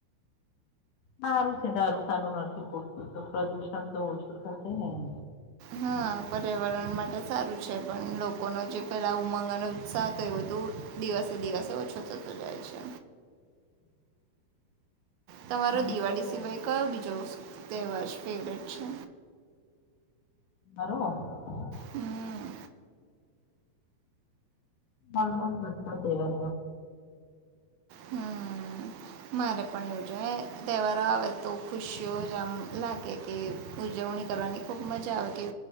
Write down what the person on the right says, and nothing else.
હા પર્યાવરણ માટે સારું છે પણ લોકોનો જે પેલા ઉમંગ અને ઉત્સાહ હતો એ બધું દિવસે દિવસે ઓછો થતો જાય છે.
તમારો
દિવાળી
સિવાય કયો બીજો તહેવાર જ ફેવરેટ છે.
હમ્મ
હમ મારે પણ એવુંજ તહેવારો આવે તો ખુશીઓ જ આમ લાગે કે ઉજવણી કરવાની ખૂબ મજા આવે કે